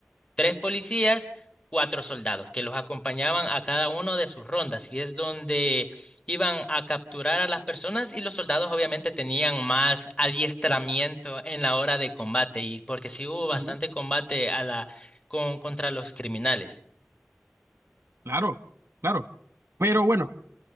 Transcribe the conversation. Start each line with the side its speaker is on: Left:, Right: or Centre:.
Left: tres policías, cuatro soldados que los acompañaban a cada uno de sus rondas y es donde iban a capturar a las personas y los soldados obviamente tenían más adiestramiento en la hora de combate y porque sí hubo bastante
Right: Ujú.
Left: combate a la con contra los criminales.
Right: Claro, claro. Pero bueno,